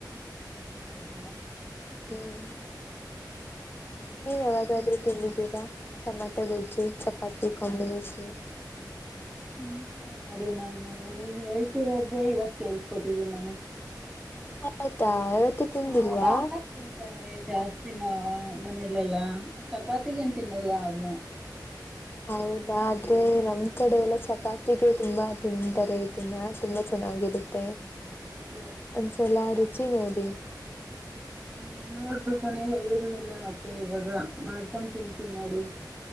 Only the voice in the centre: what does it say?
ಹೌದ.
ಹ್ಮ್
ಮತ್ತೆ
ಹೇಳಿ
ಎನಿಲ್ಲ ನೋಡಿ ನಾನು ನೀವು ಹೇಳ್ತಿರೋದೆ, ಇವತ್ ಕೇಳಸ್ಕೊತಿದೀನಿ ನಾನು.
ಹಾ ಅದ ಅನ್ನಕ್ ತಿಂತಾರೆ. ಜಾಸ್ತಿನ ಮನೇಲೆಲ್ಲಾ, ಚಪಾತಿಗೆನ್ ತಿನ್ನಲ್ಲ ಅದ್ನ್ನ.
ಓ
ಹ್ಮ ನೋಡ್ಬೇಕು, ನೀವ್ ಹೇಳಿದ್ಮೆಲೆ ಮತ್ತೆ ಇವಾಗ ಮಾಡ್ಕೊಂಡ್ ತಿಂತೀನ್ ನೋಡಿ.